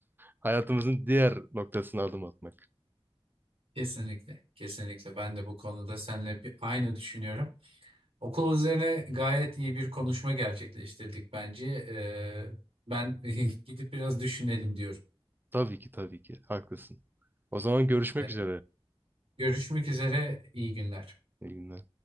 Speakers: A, on the right; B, on the right.
A: hayatımızın diğer noktasına adım atmak.
B: Kesinlikle, kesinlikle. Ben de bu konuda seninle bir aynı düşünüyorum. Okul üzerine gayet iyi bir konuşma gerçekleştirdik bence. Ee, ben <laughs> gidip biraz düşünelim diyorum.
A: Tabii ki tabii ki haklısın. O zaman görüşmek
B: Ee,
A: üzere.
B: görüşmek üzere, iyi günler.
A: İyi günler.